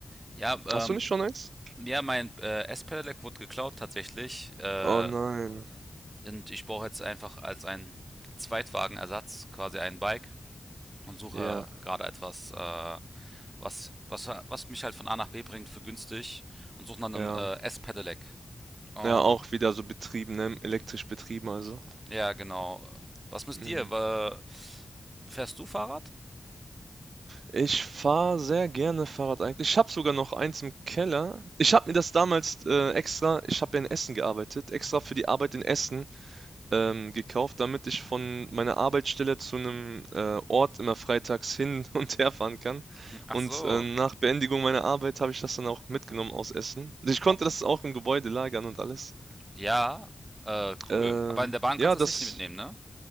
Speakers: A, on the right; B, on the right.
A: ja, ähm,
B: Hast du nicht schon eins?
A: ja, mein äh, S-Pedelec wurde geklaut tatsächlich. Äh,
B: Oh nein.
A: und ich brauche jetzt einfach als ein Zweitwagenersatz quasi ein Bike und suche
B: Ja,
A: gerade etwas, äh, was, was, was mich halt von A nach B bringt für günstig und suche nach einem
B: ja.
A: äh, S-Pedelec. Ähm,
B: Ja, auch wieder so betrieben, ne? Elektrisch betrieben also.
A: Ja, genau. Was müsst
B: Mm.
A: ihr? Wa- Fährst du Fahrrad?
B: Ich fahre sehr gerne Fahrrad eigentlich. Ich habe sogar noch eins im Keller. Ich habe mir das damals äh, extra, ich habe ja in Essen gearbeitet, extra für die Arbeit in Essen ähm, gekauft, damit ich von meiner Arbeitsstelle zu einem äh, Ort immer freitags hin <laughs> und her fahren kann.
A: Ach
B: Und
A: so.
B: äh, nach Beendigung meiner Arbeit habe ich das dann auch mitgenommen aus Essen. Also Ich konnte
A: Oh,
B: das auch im Gebäude lagern und alles.
A: Ja, äh, cool.
B: Ähm,
A: Aber in der Bahn
B: ja,
A: kannst du
B: das,
A: es nicht mitnehmen, ne?